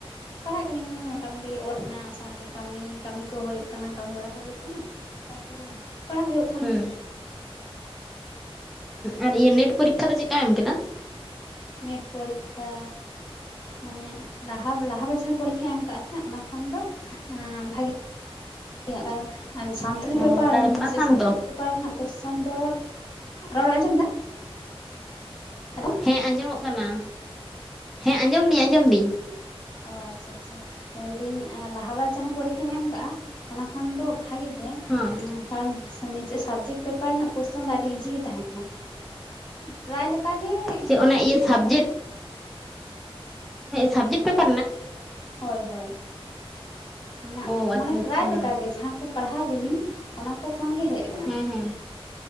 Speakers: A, on the left; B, in the centre.
A: ᱯᱟᱲᱦᱟᱜ ᱠᱟᱹᱱᱟᱹᱧ ᱢᱳᱴᱟᱢᱩᱴᱤ ᱚᱛ ᱨᱮᱱᱟᱜ ᱥᱟᱶᱛᱮ ᱠᱟᱹᱢᱤ ᱠᱟᱹᱢᱤ ᱠᱚ ᱦᱩᱭᱩᱜ ᱠᱟᱱᱟ ᱠᱟᱹᱢᱤ ᱵᱟᱲᱟ ᱦᱩᱭᱩᱜ ᱠᱟᱱᱟ ᱛᱟᱯᱚᱨᱮ ᱯᱟᱲᱦᱟᱜ ᱦᱩᱭᱩᱜ ᱠᱟᱱᱟ
B: ᱦᱮᱸ ᱟᱨ ᱱᱮᱴ ᱯᱚᱨᱤᱠᱠᱷᱟ ᱫᱚ ᱪᱮᱠᱠᱟᱢ ᱮᱢ ᱠᱮᱫᱟ
A: ᱱᱮᱴ ᱯᱚᱨᱤᱠᱠᱷᱟ ᱢᱟᱱᱮ ᱞᱟᱦᱟ ᱞᱟᱦᱟ ᱵᱟᱪᱷᱟ ᱡᱟᱦᱟᱸ ᱯᱚᱨᱤᱠᱠᱷᱟ ᱮᱢ ᱠᱟᱜᱼᱟ ᱥᱮ ᱚᱱᱟ ᱠᱷᱚᱱ ᱫᱚ ᱵᱷᱟᱜᱮ ᱠᱤᱭᱟᱜ ᱠᱟᱨᱚᱱ ᱥᱟᱱᱛᱟᱞᱤ
B: ᱚ
A: ᱯᱮᱯᱟᱨ
B: ᱛᱟᱦᱚᱞᱮ
A: ᱱᱤᱡᱮᱨᱟᱜ
B: ᱯᱟᱥᱟᱢ
A: ᱥᱟᱵᱡᱮᱠᱴ
B: ᱛᱚ?
A: ᱯᱮᱯᱟᱨ ᱨᱮᱱᱟᱜ ᱠᱚᱥᱪᱮᱱ ᱫᱚ ᱨᱚᱲ ᱟᱸᱡᱚᱢ ᱮᱫᱟ ᱦᱮᱞᱳ
B: ᱦᱮᱸ ᱟᱸᱡᱚᱢᱚᱜ ᱠᱟᱱᱟ ᱦᱮᱸ ᱟᱸᱡᱚᱢ ᱫᱤᱧ ᱟᱸᱡᱚᱢ ᱫᱤᱧ
A: ᱚ ᱟᱪᱪᱷᱟ ᱟᱪᱪᱷᱟ ᱢᱮᱱᱫᱟᱹᱧ ᱞᱟᱦᱟ ᱵᱟᱨ ᱡᱟᱦᱟᱸ ᱯᱚᱨᱤᱠᱠᱷᱟ ᱮᱢ ᱠᱟᱜᱼᱟ ᱚᱱᱟ ᱠᱷᱚᱱ ᱫᱚ ᱵᱷᱟᱜᱤ ᱟᱱᱰ
B: ᱦᱚᱸ
A: <unintelligible> ᱱᱤᱡᱮ ᱥᱟᱵᱡᱮᱠᱴ ᱯᱮᱯᱟᱨ ᱨᱮᱱᱟᱜ ᱠᱚᱥᱪᱮᱱ ᱫᱚ ᱟᱹᱰᱤ ᱤᱡᱤ ᱜᱮ ᱛᱟᱦᱮᱸ ᱠᱟᱱᱟ ᱯᱮᱨᱟᱭ ᱞᱮᱠᱟ ᱚᱱᱠᱟ ᱜᱮ
B: ᱪᱮ ᱚᱱᱟ ᱤᱭᱟᱹ
A: ᱤᱡᱤ
B: ᱥᱟᱵᱡᱮᱠᱴ
A: ᱛᱟᱦᱮᱸ ᱠᱟᱱᱟ
B: ᱥᱟᱵᱡᱮᱠᱴ ᱯᱮᱯᱟᱨ ᱨᱮᱱᱟᱜ
A: ᱦᱳᱭ ᱦᱳᱭ ᱢᱮᱱᱟᱜ
B: ᱚ ᱟᱪᱪᱷᱟ
A: ᱢᱟᱱᱮ
B: ᱟᱪᱪᱷᱟ
A: ᱯᱨᱟᱭ ᱞᱮᱠᱟᱜᱮ ᱡᱟᱦᱟᱸ ᱠᱚ ᱯᱟᱲᱦᱟᱣ ᱞᱤᱱᱟᱹᱧ ᱚᱱᱟ ᱠᱚ ᱠᱷᱚᱱ ᱜᱮ ᱦᱮᱡᱠᱟᱱᱟ
B: ᱦᱮᱸ ᱦᱮᱸ